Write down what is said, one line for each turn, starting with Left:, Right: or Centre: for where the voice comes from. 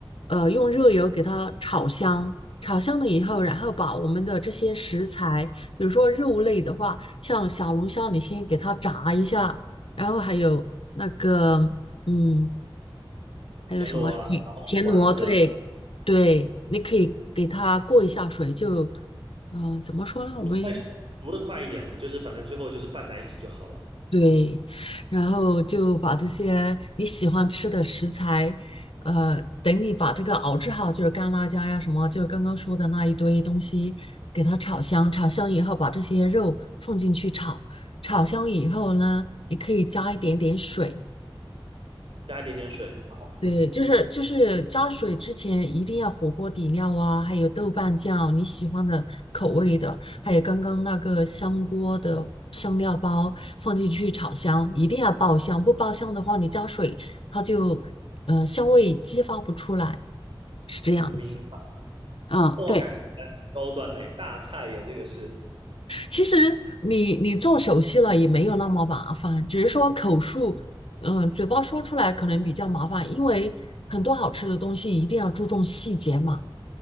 Left: 呃用热油给它炒香，炒香了以后，然后把我们的这些食材，比如说肉类的话，像小龙虾，你先给它炸一下，然后还有那个嗯，还有什么田田螺，
Right: 田螺啊，然后丸子啊。
Left: 对对，你可以给它过一下水，就嗯、呃怎么说呢？我们
Right: 快熟的快一点嘛，就是反正最后就是拌在一起就好了，
Left: 对，然后就把这些你喜欢吃的食材，呃，等你把这个熬制好，就是干辣椒呀什么，就是刚刚说的那一堆东西，给它炒香。炒香以后，把这些肉放进去炒。炒香以后呢，你可以加一点点水，
Right: 加一点点水。然后嗯，
Left: 对，就是就是加水之前一定要火锅底料啊，还有豆瓣酱，你喜欢的口味的，还有刚刚那个香锅的香料包放进去炒香，一定要爆香，不爆香的话，你加水它就呃香味激发不出来，是这样子。
Right: 明白。
Left: 嗯，
Right: 哇，
Left: 对，
Right: 感觉蛮高端嘞，大菜呀，这个是。
Left: 其实你你做熟悉了也没有那么麻烦，只是说口述，嗯，嘴巴说出来可能比较麻烦，因为很多好吃的东西一定要注重细节嘛。